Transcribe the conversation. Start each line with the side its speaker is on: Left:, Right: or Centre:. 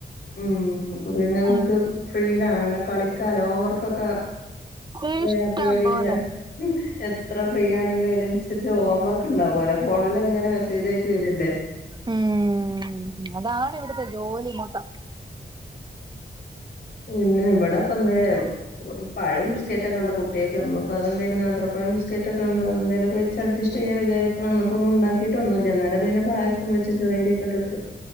Left: ഊം.. അപ്പൊ പിന്നെ വൾക്ക്
Right: ഉം
Left: ഫ്രീഡ ണല്ലൊ കളിക്കാലൊ ഓവർ- അക്കൊക്കെ..
Right: ഇഷ്ടം
Left: വേ പേടില്ലേ
Right: പോലെ
Left: ഉം. എത്ര ഫ്രീ ആണെങ്കിലും അയിനനുസരിച്ച് ഹോം വർക്ക് ഉണ്ടാവോലൊ ഫോണിൽങ്ങനെ മെസ്സേജായിട്ട് വരല്ലേ?
Right: ഉം. അതാണ് ഇവിടുത്തെ ജോലി മൊത്തം.
Left: ഇന്ന് ഇവിടെപ്പന്നലേന്നു. ഒരു പഴം ബിസ്ക്കറ്റക്കെണ്ട് കൂട്ട്യേ ക്ക് ഇന്ന്പതെന്തേലും നേന്ത്രപഴം ബിസ്ക്കറ്റക്കെ ഉണ്ട് ന്തലൊക്കെ വെ വെച്ചട് ജെസ്റ്റ് ചെയ്യാന്ന് വിചാരിക്കണ്, ന്ന്പ്പൊന്നും ഉണ്ടാക്കിയിട്ടൊന്നൂല്ല. ഇന്നലെപന്നെ പായസം വെച്ച് ചെറീയരീക്കൊട്ട് ട്ട്